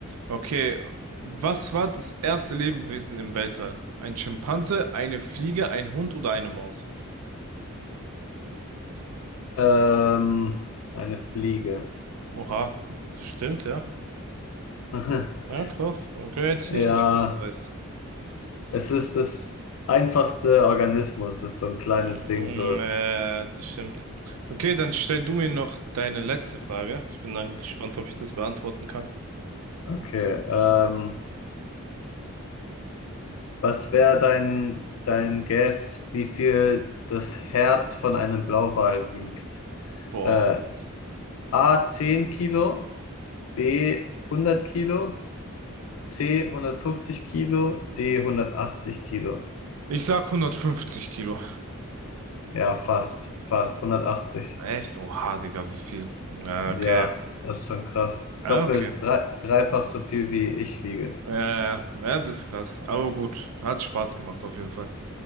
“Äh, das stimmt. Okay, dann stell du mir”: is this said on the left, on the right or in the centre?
Right